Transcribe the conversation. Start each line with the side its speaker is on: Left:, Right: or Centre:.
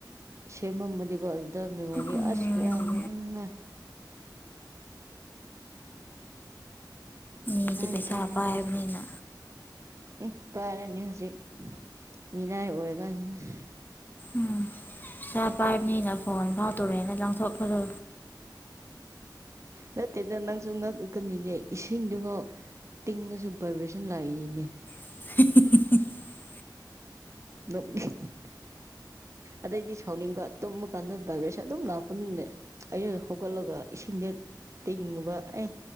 Right: ꯁꯦꯝ ꯃꯃ ꯃꯗꯤꯒꯣ ꯗ ꯃꯦꯃꯣꯔꯤ
Left: ꯎꯝ
Right: ꯑꯁ ꯈꯨꯌꯥꯝꯗꫭ ꯏꯃꯥꯏ
Left: ꯃꯤꯗꯤ
Right: ꯍꯥꯏꯔꯀꯥꯟꯗ
Left: ꯄꯩꯁꯥ ꯄꯥꯏꯕꯅꯤꯅ
Right: ꯎꯝ ꯄꯥꯏꯔꯅꯤ ꯍꯧꯖꯤꯛ ꯃꯤꯅꯥꯏ ꯑꯣꯏꯔꯀꯥꯟꯁꯤꯗ
Left: ꯎꯝ ꯄꯩꯁꯥ ꯄꯥꯏꯕꯅꯤꯅ ꯐꯣꯟ ꯐꯥꯎ ꯇꯣꯔꯑꯦꯅ ꯂꯪꯊꯣꯛꯄꯗꯨ
Right: ꯅꯠꯇꯦꯗ ꯅꯪꯁꯨ ꯉꯛꯀꯅꯤꯅꯦ ꯏꯁꯤꯡꯗꯨꯐꯥꯎ ꯇꯤꯡꯉꯁꯨ ꯚꯥꯏꯕ꯭ꯔꯦꯁꯟ ꯂꯥꯛꯏꯅꯤꯅꯦ
Left: <inaudible>
Right: ꯅꫭꯛꯅꯤꯡ ꯑꯗꯩꯗꯤ ꯁꯥꯎꯅꯤꯡꯕ ꯇꯨꯝꯃ ꯀꯥꯟꯗ ꯚꯥꯏꯕ꯭ꯔꯦꯁꯟ ꯑꯗꯨꯝ ꯂꯥꯛꯄꯅꯤꯅꯅꯦ ꯑꯩꯅ ꯍꯧꯒꯠꯂꯒ ꯏꯁꯤꯡꯗ ꯍꯦꯛ ꯇꯤꯡꯉꯨꯕ ꯑꯦ